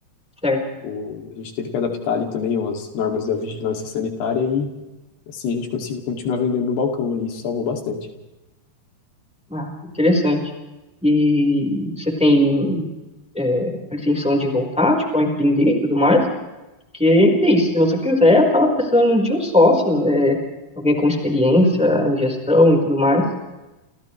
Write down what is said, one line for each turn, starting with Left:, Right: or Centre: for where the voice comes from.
Centre: certo.
Left: O, a gente teve que adaptar ali também as normas da vigilância sanitária e assim a gente conseguiu continuar vendendo no balcão ali, isso salvou bastante.
Centre: Ah, interessante. E você tem é, pretensão de voltar, tipo, a empreender e tudo mais? Porque, enfim, se você quiser, eu tava precisando de um sócio, é, alguém com experiência em gestão e tudo mais.